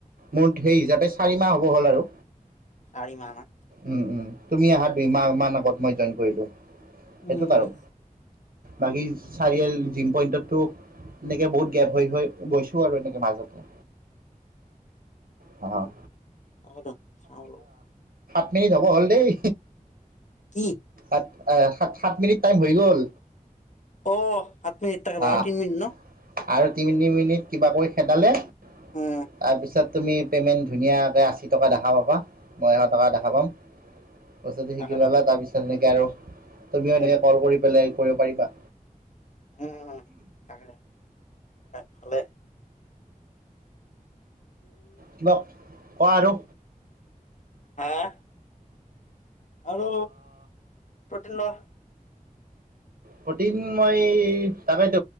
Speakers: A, on the right; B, on the left.
A: মোৰ সেই হিচাপে চাৰি মাহ হ'ল আৰু
B: চাৰী মানা
A: উম উম তুমি অহা দুইমাহমান আগত মই জইন কৰিলোঁ
B: উম
A: এইটোত আৰু বাকী
B: উম
A: চাৰিআল জিম পইন্টতো এনেকে বহুত গেপ হৈ হৈ গৈছো আৰু এনেকে মাজতে অ
B: সগদ চাম
A: প এই যাব হ'ল দেই
B: কি
A: আ আহ সাত সাত মিনিট টাইম হৈ গ'ল
B: অ সাত মিনিট থাক আৰু
A: অঁ
B: তিনি মিনিট ন
A: আৰু তিনি তিনি মিনিট কিবাকৈ খেদালে তাৰপিছত
B: উম
A: তুমি পে'মেণ্ট ধুনীয়াকৈ আশী টকা দেখা পাবা মই এশ টকা দেখা পাম পইচাতো শিকি
B: তাকেতো
A: ললা তাৰ পিছতে আৰু তুমিও
B: উম
A: এনেকে কল কৰি পেলাই কৰিব পাৰিবা
B: উম উম থাকে উ ভালে
A: কিবা ক আৰু
B: তাত আৰু পুঠনা
A: প্ৰটিন মই তাবেত